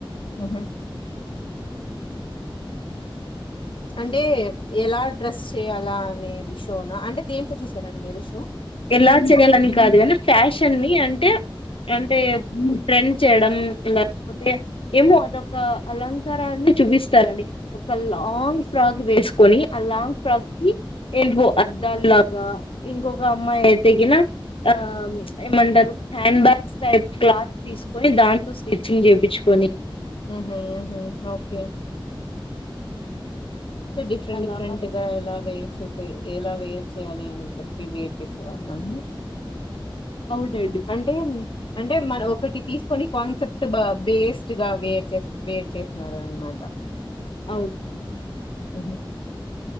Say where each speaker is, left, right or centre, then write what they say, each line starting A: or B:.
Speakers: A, on the left (about 70°); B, on the left (about 85°).
A: ఆహా అంటే ఎలా డ్రెస్ చేయాలా అనేది షోనా అంటే దేంట్లో చూసారండి మీరు షో
B: ఎలా చేయాలని కాదు కానీ ఫ్యాషన్ని అంటే అంటే ట్రెండ్ చేయడం ఇలా పొతే ఏమో అదొక అలంకారాన్ని చూపిస్తారండి ఒక లాంగ్ ఫ్రాక్ వేసుకొని ఆ లాంగ్ ఫ్రాక్ కి ఎల్ వో అద్దలాగా ఇంకొక అమ్మాయి అయితేకిిన ఆ ప్చ్ ఏమంటారు హ్యాండ్ బ్యాగ్స్ టైప్ క్లాత్ తీసుకొని దాంతో స్టిచ్చింగ్ చేయించుకొని
A: ఉహు ఉహు ఓకే డిఫ్రెంట్
B: అలా
A: డిఫ్రెంట్ ఇగ ఎలా వెయిట్ చేసి ఎలా వెయిట్ చేయాలి అని చెప్పి వెయిట్ చేసేవాళ్ళ అండి
B: అవుడండి
A: అంటే అంటే మన ఒకటి తీసుకొని కాన్సెప్ట్ బ బేస్డ్ గా వేర్ చేస్ వేర్ చేసినారనమాట
B: అవును
A: ఉహు